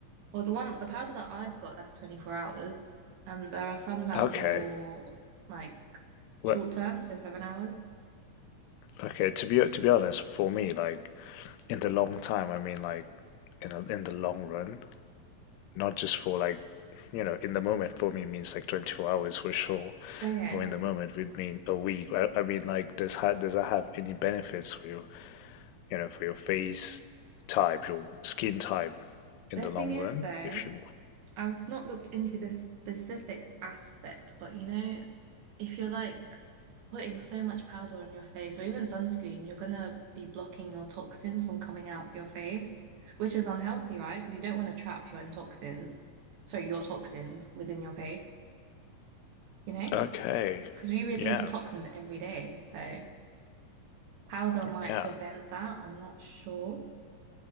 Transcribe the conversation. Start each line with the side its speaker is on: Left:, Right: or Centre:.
Right: Well, the one, the powder that I've got, that's 24 hours. And there are some that
Left: Okay.
Right: are more like
Left: Well,
Right: short term, so seven hours.
Left: Okay, to be to be honest, for me, like in the long time, I mean, like in a, in the long run, not just for like you know, in the moment for me means like 24 hours for sure,
Right: Okay.
Left: or in the moment would mean a week. I, I mean, like does ha does that have any benefits for your you know for your face type, your skin type in
Right: The
Left: the
Right: thing
Left: long
Right: is,
Left: run,
Right: though,
Left: if you
Right: I've not looked into the specific aspect, but you know, if you're like putting so much powder on your face or even sunscreen, you're gonna be blocking your toxins from coming out of your face, which is unhealthy, right? Because you don't want to trap your own toxins, sorry, your toxins within your face, you know?
Left: Okay,
Right: because we release
Left: yeah,
Right: toxins every day. So powder might
Left: yeah,
Right: prevent that. I'm not sure.